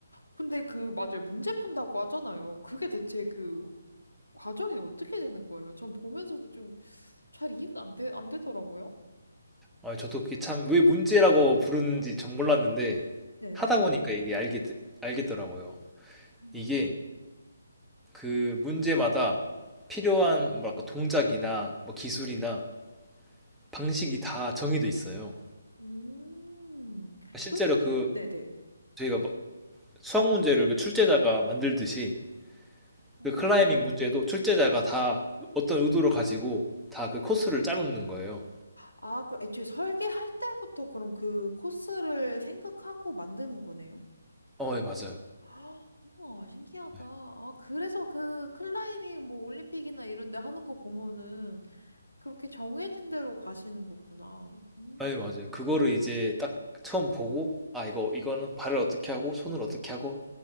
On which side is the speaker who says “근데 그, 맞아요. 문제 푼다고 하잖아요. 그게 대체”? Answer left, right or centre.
Left